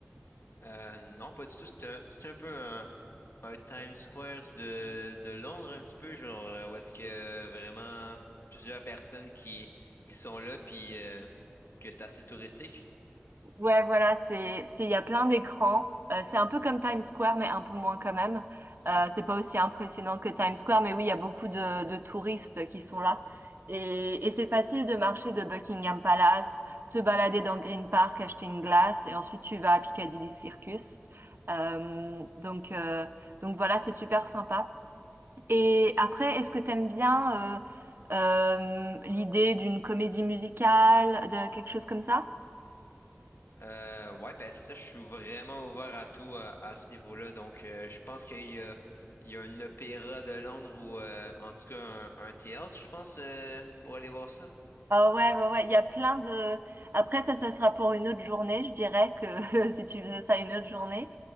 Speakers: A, on the left (about 70°); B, on the right (about 55°).
A: euh, non, pas du tout. C'est un, c'est un peu un, un Times Square de, de Londres, un petit peu, genre, euh, où est-ce que euh, vraiment plusieurs personnes qui, qui sont là, puis euh, que c'est assez touristique.
B: Ouais, voilà, c'est, c'est, il y a plein d'écrans. Euh, c'est un peu comme Times Square, mais un peu moins quand même. Euh, c'est pas aussi impressionnant que Times Square, mais oui, il y a beaucoup de, de touristes qui sont là. Et, et c'est facile de marcher de Buckingham Palace, te balader dans Green Park, acheter une glace, et ensuite tu vas à Piccadilly Circus. Euh, donc, euh, donc voilà, c'est super sympa. Et après, est-ce que t'aimes bien euh, euh, l'idée d'une comédie musicale, de quelque chose comme ça?
A: Euh, ouais, ben c'est ça, je suis vraiment ouvert à tout euh, à, ce niveau-là. Donc, euh, je pense qu'il y a, il y a un opéra de Londres ou euh, en tout cas un, un théâtre, je pense, euh, pour aller voir ça.
B: Ah ouais, ouais, ouais, il y a plein de... Après, ça, ça sera pour une autre journée, je dirais que <laughs> si tu faisais ça une autre journée,